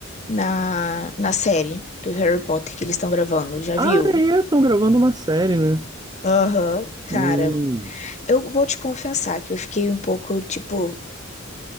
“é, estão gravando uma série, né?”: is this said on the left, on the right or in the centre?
Right